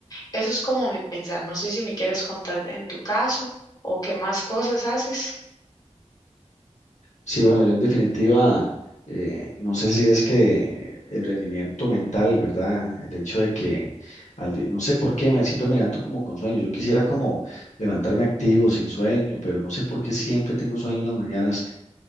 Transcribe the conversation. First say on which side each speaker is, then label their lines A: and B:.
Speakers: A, on the left (about 35°); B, on the left (about 75°).
A: Eso es como mi pensar. No sé si me quieres contar en tu caso o qué más cosas haces.
B: Sí, bueno, yo en definitiva, eh, no sé si es que el rendimiento mental, ¿verdad? El hecho de que, al di- no sé por qué, me, siempre me levanto como con sueño. Yo quisiera como levantarme activo, sin sueño, pero no sé por qué siempre tengo sueño en las mañanas.